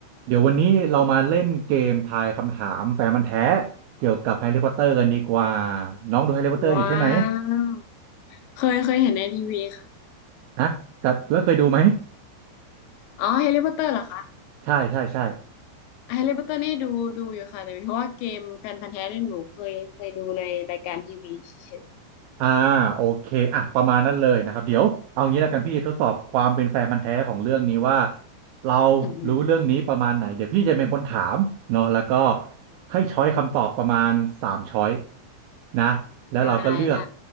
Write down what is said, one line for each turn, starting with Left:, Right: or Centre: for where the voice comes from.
Right: เดี๋ยววันนี้เรามาเล่นเกมทายคำถามแฟนมันธุ์แท้เกี่ยวกับแฮร์รี่พอตเตอร์กันดีกว่าน้องดูแฮร์รี่พอตเตอร์อยู่ใช่ไหม
Left: ว้าว เคยเคยเห็นในทีวีค่ะ
Right: ฮะแต่แล้วเคยดูไหม
Left: อ๋อแฮร์รี่พอตเตอร์เหรอคะ
Right: ใช่ใช่ใช่
Left: เฮลแฮร์รี่พอตเตอร์นี่ดูดูอยู่ค่ะ แต่เป็นเพราะว่าเกมแฟนพันธุ์แท้เนี่ยหนูเคยเคยดูในรายการทีวีเฉย
Right: อ่าโอเคอ่ะประมาณนั้นเลยนะครับเดี๋ยวเอางี้แล้วกันพี่ทดสอบความเป็นแฟนมันธุ์แท้ของเรื่องนี้ว่าเรา
Left: อืม
Right: รู้เรื่องนี้ประมาณไหนเดี๋ยวพี่จะเป็นคนถามเนาะแล้วก็ให้ช้อยคำตอบประมาณสามช้อยนะแล้วเราก็เลือก
Left: ได้ได้